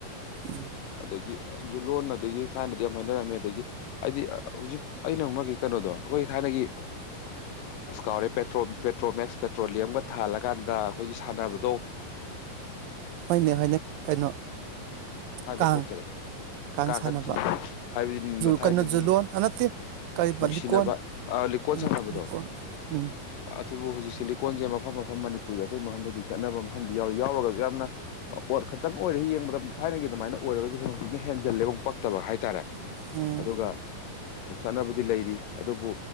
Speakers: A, on the right; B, on the left.
A: ꯎꯝ
B: ꯑꯗꯒꯤ ꯁꯨ ꯂꯣꯟꯅ ꯑꯗꯒꯤ ꯊꯥꯏꯅꯗꯤ ꯌꯥꯝ ꯍꯥꯏꯅꯔꯝꯃꯦ ꯑꯗꯒꯤ ꯑꯩꯗꯤ ꯍꯧꯖꯤꯛ ꯑꯩꯅ ꯑꯃꯛꯒꯤ ꯀꯩꯅꯣꯗꯣ ꯑꯩꯈꯣꯏ ꯊꯥꯏꯅꯒꯤ ꯑꯁ ꯀꯥꯎꯔꯦ ꯄꯦꯇ꯭ꯔꯣꯃꯦꯛꯁ ꯄꯦꯇ꯭ꯔꯣꯂꯤꯌꯝꯒ ꯊꯥꯜꯂꯀꯥꯟꯗ ꯑꯩꯈꯣꯏꯒꯤ ꯁꯥꯟꯅꯕꯗꯣ
A: ꯍꯅꯦ ꯍꯅꯦ ꯀꯩꯅꯣ
B: ꯍꯥꯏꯕ
A: ꯀꯥꯡ
B: ꯊꯣꯛꯇꯔꯦ
A: ꯀꯥꯡ
B: ꯀꯥꯉꯠꯇꯤ
A: ꯁꯥꯟꯅꯕ
B: ꯍꯥꯏꯕꯗꯤ ꯊꯥꯏꯅꯒꯤ
A: ꯀꯩꯅꯣ ꯖꯨꯂꯣꯟ ꯑ ꯅꯠꯇꯦ ꯀꯔꯤꯕ
B: ꯅꯨꯡꯁꯤꯅꯕ
A: ꯂꯤꯀꯣꯟ
B: ꯂꯤꯀꯣꯟ
A: ꯎꯝ
B: ꯁꯪꯅꯕꯗꯣ
A: ꯂꯤꯀꯣꯟ ꯎꯝ
B: ꯑꯗꯨꯕꯨ ꯍꯧꯖꯤꯛꯁꯦ ꯀꯣꯟꯁꯦ ꯃꯐꯝ ꯃꯐꯝ ꯃꯅꯤꯄꯨꯔꯒꯤ ꯑꯇꯩ ꯃꯐꯝꯗ ꯍꯧꯖꯤꯛ ꯆꯠꯅꯕ ꯃꯐꯝꯗꯤ ꯌꯥꯎꯔꯤ ꯌꯥꯎꯔꯒꯁꯨ ꯌꯥꯝꯅ ꯑꯣꯔ ꯈꯔꯇꯪ ꯑꯣꯏꯔꯔꯤꯌꯦ ꯃ ꯊꯥꯏꯅꯒꯤ ꯑꯗꯨꯃꯥꯏꯅ ꯑꯣꯏꯔꯒꯁꯨ ꯍ ꯍꯧꯖꯤꯛꯅ ꯍꯦꯟꯖꯜꯂꯦꯕꯨ ꯄꯛꯇꯕ ꯍꯥꯏꯇꯥꯔꯦ
A: ꯎꯝ
B: ꯑꯗꯨꯒ ꯆꯠꯅꯕꯗꯤ ꯂꯩꯔꯤ ꯑꯗꯨꯕꯨ